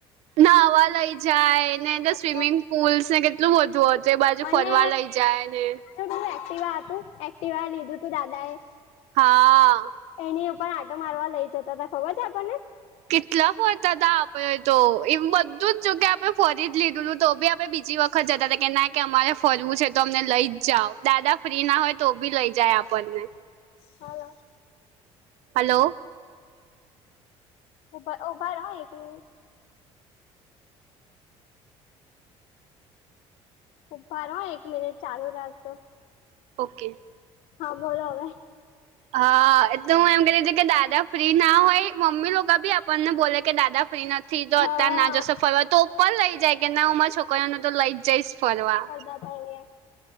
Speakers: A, on the right; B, on the left.
A: નાવા લઈ જાય
B: ખબર
A: ને સ્વિમિંગ પુલ્સ ને કેટલું બધું હતું તે બાજુ
B: અને
A: ફરવા લઈ જાય ને
B: <unintelligible> એક્ટિવા હતું, એક્ટિવા લીધું તું દાદા એ
A: હા.
B: એની ઉપર આંટો મારવા લઇ જતા હતા ખબર છે આપણને.
A: કેટલા ફરતા હતા આપણે તો, એમ બધું જ જો કે આપે ફરી જ લીધેલું તો બી આપડે બીજી વખ ખજા જતા હતા કે ના કે અમારે ફરવું છે તો અમને લઈ જ જા દાદા ફ્રી ના હોય તો બી લઈ જાય આપણને
B: હલો.
A: હલો.
B: ઉભા ઉભા રહો એક મિનીટ ઉભા રહો હો એક મિનિટ ચાલુ રાખજો.
A: ઓકે.
B: હા બોલો હવે.
A: હા. એટલે હું એમ કહેતી તી, કે દાદા ફ્રી ના હોય, મમ્મી લોકો ભી આપ પણને બોલે કે દાદા ફ્રી નથી, તો
B: હા
A: અત્યાર ના જશો ફરવા. તો પણ લઈ જાય ફરવા, કે ના હો માર છોક કરીઓને તો લઇ જ જઈશ ફરવા.
B: દાદાએ એવું એમ